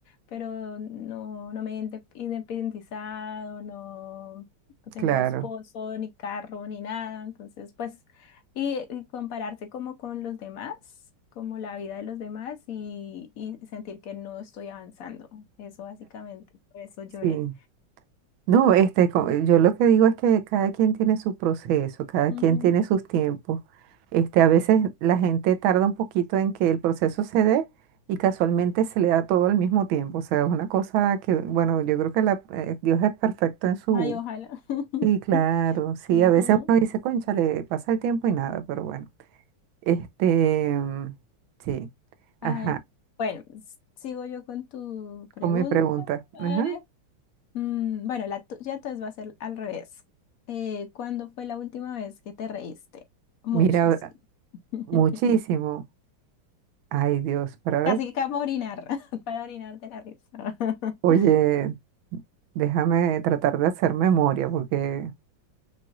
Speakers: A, on the left; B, on the right.
A: pero no, no me he inde- independizado, no, no tengo
B: claro.
A: esposo, ni carro, ni nada. Entonces, pues, y, y compararse como con los demás, como la vida de los demás y, y sentir que no estoy avanzando. Eso básicamente, por eso lloré.
B: Sí. No, este, co- yo lo que digo es que cada quien tiene su proceso, cada
A: Ujú.
B: quien tiene sus tiempos. Este, a veces la gente tarda un poquito en que el proceso se dé y casualmente se le da todo al mismo tiempo. O sea, es una cosa que, bueno, yo creo que la- eh, Dios es perfecto en su...
A: Ay, ojalá.
B: Sí, claro,
A: <laughs>
B: sí,
A: Ujú.
B: a veces uno dice, le pasa el tiempo y nada, pero bueno. Este, mm, sí, ajá,
A: Ay, bueno, s- sigo yo con tu pregunta.
B: con mi pregunta.
A: a
B: Ajá,
A: ver. Mm, bueno, la tuya entonces va a ser al revés. Eh, ¿cuándo fue la última vez que te reíste? Mucho,
B: mira,
A: sí. <laughs>
B: muchísimo. Ay, Dios, para ver.
A: Casi que acabo de orinar, <laughs> para orinar de la risa. <laughs>
B: Oye, déjame tratar de hacer memoria, porque